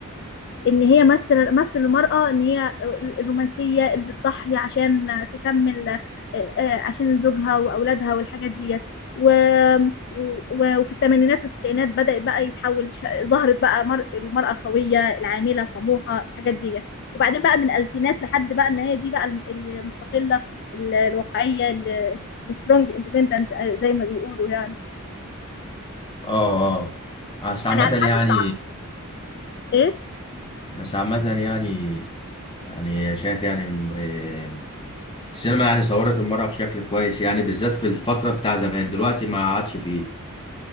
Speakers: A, on the left; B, on the left.
A: ان هي مثل مثل المرأة ان هي الرومانسية اللي بتضحي عشان تكمل آه، آه، عشان زوجها واولادها والحاجات ديت و... و... وفي الثمانينات والتسعينات بدأت بقى يتحول ش... ظهرت بقى مر... المرأة القوية العاملة الطموحة الحاجات ديت وبعدين بقى من الألفينات لحد بقى ان هي دي بقى الم- المستقلة ال- الواقعية السترونج اندبندنت زي ما بيقولوا يعني
B: اه اه بس عامة
A: يعني على حسب
B: يعني
A: العقل ايه
B: بس عامة يعني يعني شايف يعني آه، السينما يعني صورت المرأة بشكل كويس يعني بالذات في الفترة بتاع زمان دلوقتي ما عادش فيه